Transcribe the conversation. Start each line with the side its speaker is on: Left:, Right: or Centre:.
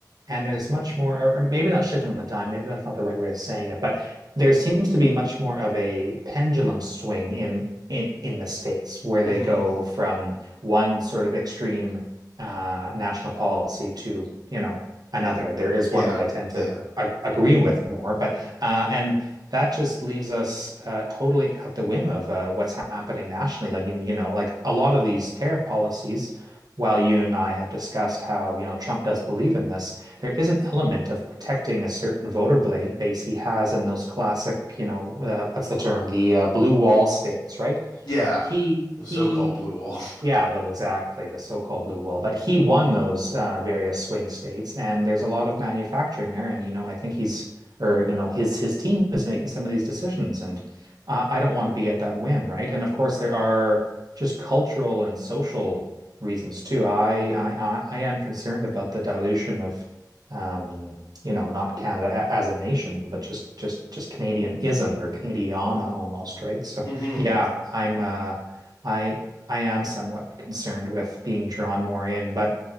Right: and there's much more, or, or maybe not shifting on a dime, maybe that's not the right way of saying it, but there seems to be much more of a pendulum swing in in, in the States where
Left: hmm
Right: they go from one sort of extreme uh, national policy to, you know, another. There is
Left: Yeah,
Right: one that I tend
Left: yeah,
Right: to ag agree with more, but uh, and that just leaves us uh, totally at the whim of uh, what's happening nationally. I mean, you know, like a lot of these tariff policies while you and I have discussed how, you know, Trump does believe in this there is an element of protecting a certain voter base he has in those classic, you know, uh, what's the term? The uh, blue wall states, right?
Left: yeah.
Right: He
Left: The
Right: he
Left: so-called blue wall.
Right: yeah, though exactly, the so-called blue wall, But he won those uh, various swing states, and there's a lot of manufacturing there. And you know, I think he's, or you know, his his team is making some of these decisions, and uh, I don't want to be at that whim, right? And of course, there are just cultural and social reasons too. I I I I am concerned about the dilution of, um, you know, not Canada a- as a nation, but just just just Canadianism or Canadiana almost, right? So
Left: <laughs> hmm
Right: yeah, I'm uh. I I am somewhat concerned with being drawn more in, but